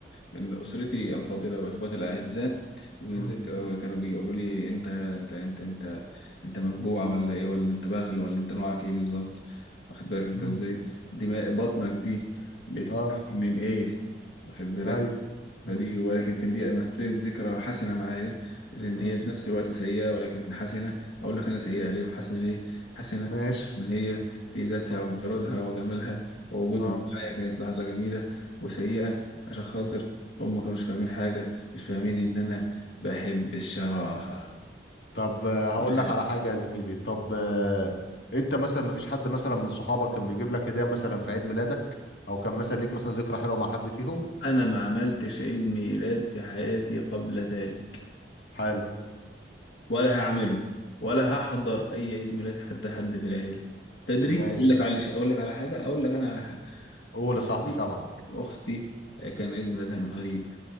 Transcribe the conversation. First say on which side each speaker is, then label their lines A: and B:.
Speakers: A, on the left; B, on the left.
A: من أسرتي الفاضلة وإخواتي الأعزاء ومن
B: امم
A: ذكر كانوا بيقولوا لي أنت أنت أنت أنت أنت مفجوع ولا إيه ولا أنت باغل ولا أنت نوعك إيه بالظبط واخد بالك أنت
B: امم
A: إزاي دماء بطنك دي بتتكلم
B: اه
A: من إيه واخد بالك
B: ايوه
A: فدي
B: امم
A: ولكن كان دي مثلت ذكرى حسنة معايا لأن
B: امم
A: هي في نفس الوقت سيئة ولكن حسنة أقول لك أنا سيئة ليه وحسنة ليه حسنة
B: ماشي
A: إن هي في ذاتها
B: اه
A: وانفرادها وجمالها ووجودهم
B: اه
A: معايا كانت لحظة جميلة وسيئة عشان خاطر
B: امم
A: هم ما كانوش فاهمين حاجة مش فاهمين
B: امم
A: إن أنا بحب الشراهة
B: طب آه، هقول
A: <laughs>
B: لك على حاجه يا زميلي طب آه، انت مثلا ما فيش حد مثلا من صحابك كان بيجيب لك هديه مثلا في عيد ميلادك او كان مثلا ليك مثلا ذكرى حلوه مع حد فيهم
A: أنا ما عملتش عيد ميلاد في حياتي قبل ذلك
B: حلو
A: ولا هعمله ولا هحضر اي عيد ميلاد حتى حد في العيله تدري
B: ماشي
A: اقول لك على شيء اقول لك على حاجه اقول لك انا على حاجه
B: قول يا
A: اختي
B: صاحبي سامع
A: اختي كان عيد ميلادها من قريب